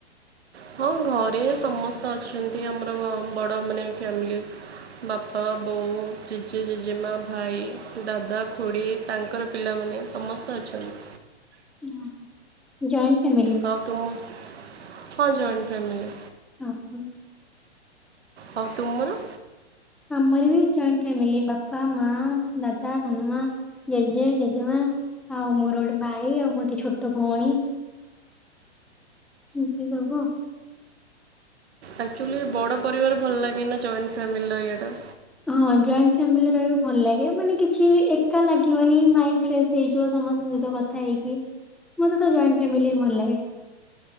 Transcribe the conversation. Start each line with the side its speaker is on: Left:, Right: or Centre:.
Right: ହଁ, ଘରେ ସମସ୍ତ ଅଛନ୍ତି। ଆମର ବଡ ମାନେ ଫ୍ୟାମିଲି। ବାପା, ବୋଉ, ଜେଜେ, ଜେଜେମା, ଭାଇ, ଦାଦା, ଖୋଡ଼ି ତାଙ୍କର ପିଲାମାନେ ସମସ୍ତେ ଅଛନ୍ତି।
Centre: ହଁ। Joint family.
Right: ହ ତୁମ ହଁ ଜଏଣ୍ଟ ଫ୍ୟାମିଲି।
Centre: ହ ହ।
Right: ହଉ ତୁମର।
Centre: ଆମର ବି ଜଏଣ୍ଟ ଫ୍ୟାମିଲି ବାପା, ମା, ଦାଦା, ହନୁମା ଜେଜେ, ଜେଜେମା, ଆଉ ମୋରଡେ ଭାଇ ଆଉ ମୋର ଟିକେ ଛୋଟ ଭଉଣୀ ଏମତି ସବୁ।
Right: ଆକ୍ଚୁଆଲି ବଡ଼ ପରିବାର ଭଲ ଲାଗେ ନା ଜଏଣ୍ଟ ଫ୍ୟାମିଲିର ଏଆଟା।
Centre: ହଁ ଜଏଣ୍ଟ ଫ୍ୟାମିଲି ରହିବାକୁ ଭଲ ଲାଗେ। ମାନେ କିଛି ଏକା ଲାଗିବନି। ମାଇଣ୍ଡ ଫ୍ରେଶ ହେଇଯିବ। ସମସ୍ତଙ୍କ ସହିତ କଥ ଥା ହେଇକି ମତେ ତ ଜଏଣ୍ଟ ଫ୍ୟାମିଲି ହିଁ ଭଲ ଲାଗେ।